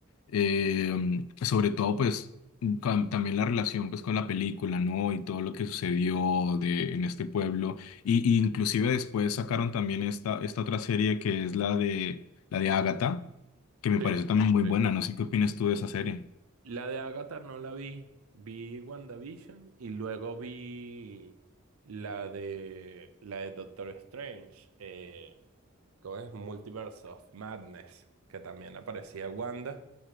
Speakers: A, on the left; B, on the right.
A: Eh, sobre todo, pues, cam- también la relación, pues, con la película, ¿no? Y todo lo que sucedió de, en este pueblo. Y, y inclusive después sacaron también esta, esta otra serie que es la de, la de Agatha, que me
B: Sí,
A: pareció también muy
B: sí.
A: buena, no sé qué opinas tú de esa serie.
B: La de Agatha no la vi. Vi WandaVision y luego vi la de la de Doctor Strange. Eh, ¿cómo es? Multiverse of Madness, que también aparecía Wanda